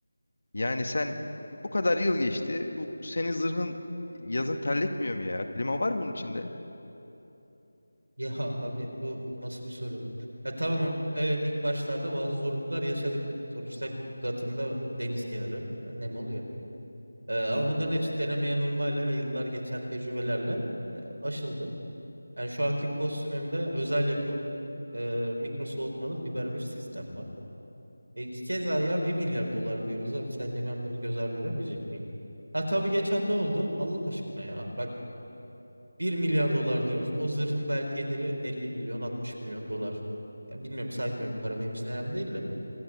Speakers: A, on the left; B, on the right.
A: Yani sen bu kadar yıl geçti bu, bu senin zırhın yazın terletmiyor mu ya? Klima var mı bunun içinde?
B: Ya <laughs> abi bu nasıl bir soru? Ya tamam evet ilk başlarda bazı zorluklar yaşadık. Sonuçta Gotham'da deniz kenarı e, nem oluyor. E, ama bunların hepsi deneme yanılmayla ve yıllar geçen tecrübelerle e, aşıldı. Yani şu anki kostümümde özel yapım e, mikro soğutmalı fiber bir sistem var. E iki kez daha ya 1 milyar dolar diyoruz abi. Sence ben bunu göz ardı edemeyecek miyim? Ha tabii geçen ne oldu? Allah aşkına ya. Bak bir milyar dolar diyoruz. O zırhın belki ederi 50 milyon 60 milyon dolar. Ya bilmiyorum saymıyorum para benim için önemli değil de.